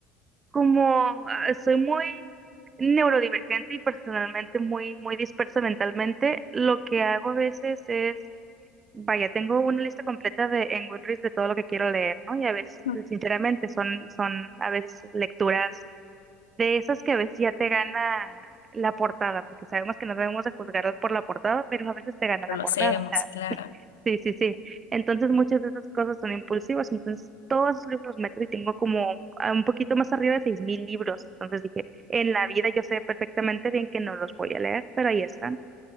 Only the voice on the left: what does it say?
No.
Pero
lo hacemos,
claro.